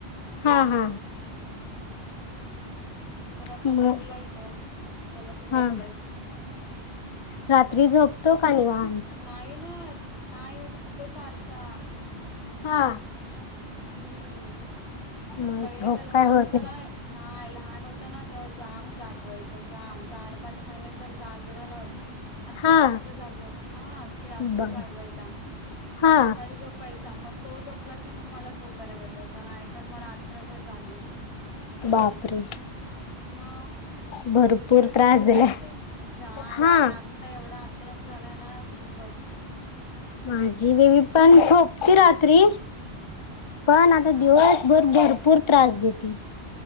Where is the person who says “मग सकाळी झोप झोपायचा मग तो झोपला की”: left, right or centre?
Left